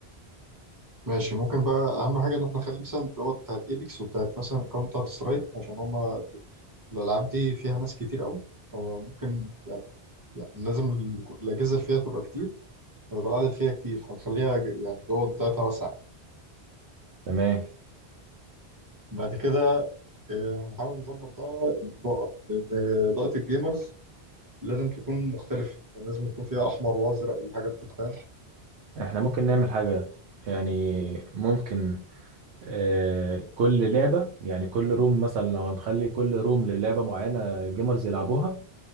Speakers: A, on the right (about 20°); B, on the right (about 85°).
A: ماشي ممكن بقى اهم حاجه ان احنا نخلي مثلا دوت بتاعت ايبكس وبتاعت مثلا كاونتر سترايك عشان هما الالعاب دي فيها ناس كتير قوي هو ممكن يعني, يعني لازم ال- الاجهزه اللي فيها تبقى كتير ويبقى العدد فيها كتير فنخليها ج- يعني دوت بتاعتها واسعه
B: تمام
A: بعد كده آه، نحاول نظبط بقى الاضاءه لان اضاءه الجيمرز لازم تكون مختلفه يعني لازم يكون فيها احمر وازرق والحاجات دي فاهم؟
B: احنا ممكن نعمل حاجه يعني ممكن آه، كل لعبة يعني كل روم مثلا لو هنخلي كل روم للعبة معينة جيمرز يلعبوها